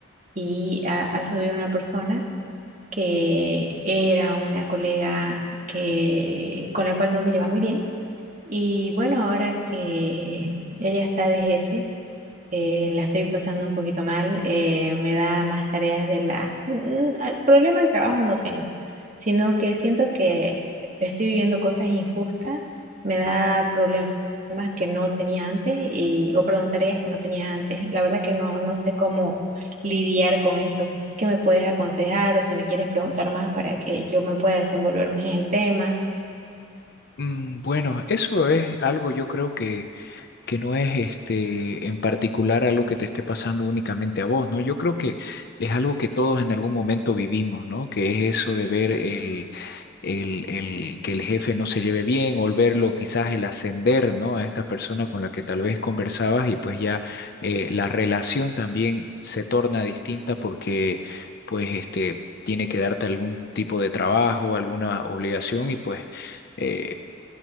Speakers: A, on the right (about 40°); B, on the left (about 55°).
A: y ha, ha subido una persona que era una colega que, con la cual no me lleva muy bien. Y bueno, ahora que ella está de jefe eh, la estoy pasando un poquito mal, eh, me da más tareas de la... Mm, ah, Problema del trabajo no tengo, sino que siento que estoy viviendo cosas injustas, me da problemas que no tenía antes, y, o perdón, tareas que no tenía antes. La verdad que no, no sé cómo lidiar con esto. ¿Qué me puedes aconsejar o si me quieres preguntar más para que yo me pueda desenvolver más en el tema?
B: Mm, bueno, eso es algo yo creo que, que no es este, en particular algo que te esté pasando únicamente a vos, ¿no? Yo creo que es algo que todos en algún momento vivimos, ¿no? Que es eso de ver el, el, el que el jefe no se lleve bien o el verlo, quizás el ascender, ¿no? A esta persona con la que tal vez conversabas y pues ya eh, la relación también se torna distinta porque pues este tiene que darte algún tipo de trabajo, alguna obligación y pues... eh,